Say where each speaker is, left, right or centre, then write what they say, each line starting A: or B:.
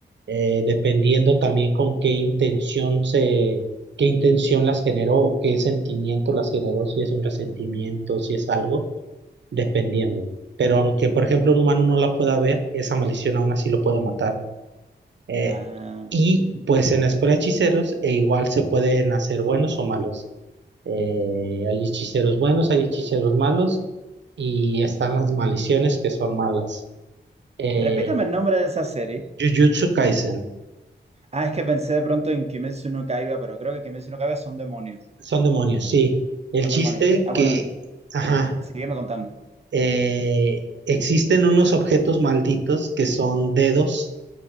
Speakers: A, on the right; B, on the right.
A: eh, dependiendo también con qué intención se, qué intención las generó o qué sentimiento las generó, si es un resentimiento, si es algo, dependiendo. Pero aunque, por ejemplo, un humano no la pueda ver, esa maldición aún así lo puede matar. Eh,
B: Ah.
A: y pues en la escuela de hechiceros, e igual se pueden hacer buenos o malos. Eh, hay hechiceros buenos, hay hechiceros malos y están las maldiciones que son malas. Eh,
B: Repítame el nombre de esa serie.
A: Jujutsu Kaisen,
B: Ah, es que pensé de pronto en Kimetsu no Kaiba, pero creo que en Kimetsu no Kaiba son demonios.
A: son demonios, sí. El
B: Son
A: chiste
B: demonios. Ah, bueno,
A: que, ajá,
B: sígueme contando.
A: eh, existen unos objetos malditos que son dedos